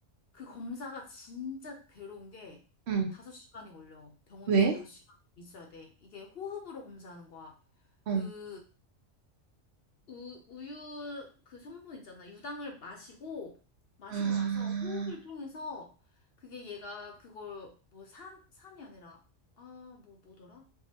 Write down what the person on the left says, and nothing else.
그 검사가 진짜 괴로운 게
다섯 시간이 걸려. 병원에서
다섯 시간 있어야 돼. 이게 호흡으로 검사하는 거야.
그 우, 우유 그 성분 있잖아. 유당을 마시고, 마시고
나서 호흡을 통해서 그게 얘가 그걸 뭐 산, 산이 아니라, 아, 뭐, 뭐더라?